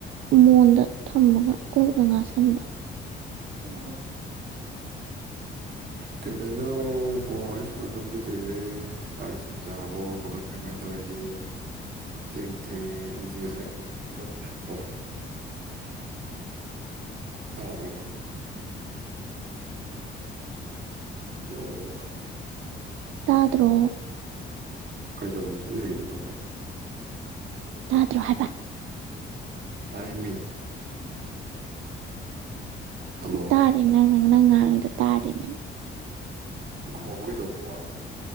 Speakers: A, on the right; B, on the right.
A: ꯃꯣꯟꯗ ꯊꯝꯃꯒ ꯀꯣꯛꯅ ꯉꯥꯁꯟꯕ
B: ꯑꯣ ꯀꯩꯗꯧꯏꯅꯣ ꯐ‌ꯣꯟ ꯋꯥꯔꯤ ꯁꯥꯟꯅꯗꯕꯁꯨ ꯀꯨꯏꯔꯦ ꯆꯥꯛ ꯏꯁꯤꯡ ꯆꯥꯔꯕꯣ ꯀꯃꯥꯏ ꯀꯃꯥꯏꯟ ꯇꯧꯔꯤꯒꯦ ꯊꯦꯡꯖꯨ ꯊꯦꯡꯉꯦ ꯑꯩꯁꯦ ꯉꯁꯥꯏ ꯇꯧꯕꯅꯦꯕꯀꯣ ꯇꯥꯕ꯭ꯔ‌ꯣ ꯍꯜꯂꯣ
A: ꯇꯥꯗ꯭ꯔꯣ
B: ꯀꯩꯗꯧꯔꯤꯅ‌ꯣ ꯇꯨꯃꯤꯟ ꯂꯩꯒꯤꯗꯨꯅ ꯃꯨꯛ
A: ꯇꯥꯗ꯭ꯔꯣ ꯍꯥꯏꯕ
B: ꯇꯥꯏꯌ‌ꯦꯃꯤ ꯍꯜꯂꯣ
A: ꯇꯥꯔꯤ ꯅꯪ ꯅꯪ ꯅꯪ ꯉꯥꯡꯉꯤꯗꯣ ꯇꯥꯗ‌ꯦꯅꯤꯝ
B: ꯑ ꯈꯨꯝꯃꯛꯄ ꯀꯩꯗꯧꯒꯦ ꯋꯥꯗꯣ